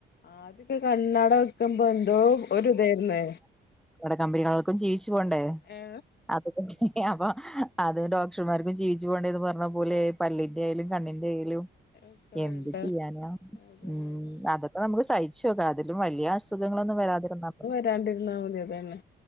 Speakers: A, on the left (about 55°); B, in the centre.
A: ആദ്യൊക്കെ കണ്ണട വെക്കുമ്പോ എന്തോ ഒരു ഇതായിരുന്നേ
B: കണ്ണട കമ്പനികൾക്കും ജീവച്ചു പോണ്ടേ
A: ഏ
B: അതാ ഇങ്ങനെ അപ്പൊ അത് ഡോക്ടർമാർക്കും ജീവിച്ചു പോകേണ്ടേന്ന് പറഞ്ഞ പോലെ പല്ലിന്റെ ആയാലും കണ്ണിന്റെ ആയാലും
A: ഒക്കെ
B: എന്ത്
A: വേണ്ട
B: ചെയ്യാനാ
A: അതന്നെ
B: ഉം
A: അതന്നെ
B: അതൊക്കെ നമുക്ക് സഹിച്ചു നോക്കാം അതിലും വലിയ അ സുഖങ്ങളൊന്നും വരാതിരുന്നാ അപ്പം
A: ണ്ടിരുന്നാൽ മതി അതന്നെ